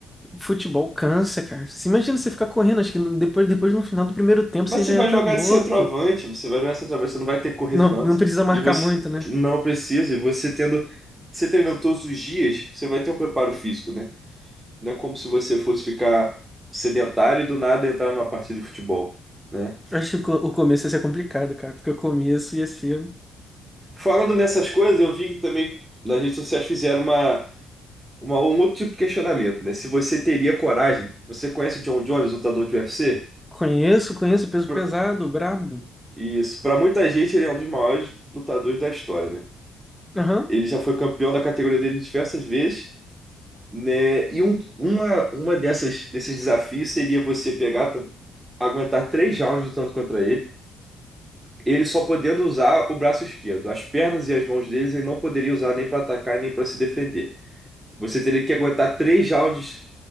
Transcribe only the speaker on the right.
Mas
você
vai
jogar
de centroavante, você vai jogar de centroavante, você não vai ter que correr
tanto.
E você
não precisa, e você tendo, você treinando todos os dias, você vai ter um preparo físico, né? Não é como se você fosse ficar sedentário e do nada entrar numa partida de futebol, né?
Falando nessas coisas, eu vi que também nas redes sociais fizeram uma uma- um outro tipo de questionamento, né? Se você teria coragem, você conhece o John Jones, lutador de UFC?
Por-
Isso, para muita gente ele é um dos maiores lutadores da história, né?
Ele já foi campeão da categoria dele diversas vezes, né? E um, uma, uma dessas desses desafios seria você pegar, t- aguentar três rounds lutando contra ele, ele só podendo usar o braço esquerdo, as pernas e as mãos deles ele não poderia usar nem para atacar e nem para se defender. Você teria que aguentar três rounds